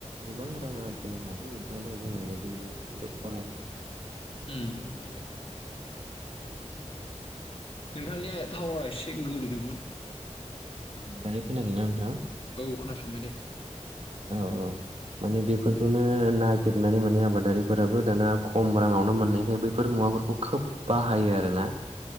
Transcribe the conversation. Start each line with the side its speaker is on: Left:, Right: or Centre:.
Right: गोबां रां आरजिनो हागोन नोंथाङा दहाय बुंनाय बायदि माने <unintelligible>
Left: उम नोगौ नोंथां नोंथांनिया थावरा एसे गोदोदोंमोन
Right: दायो खोनादों ना नोंथां?
Left: औ खोनाफिनबाय दे।
Right: औ औ माने बेफोरखौनो नागिरनानै माने आबादारिफोराबो दाना खम राङावनो मोननायखाय बैफोर मुवाफोरखौ खोब बाहायो आरोना।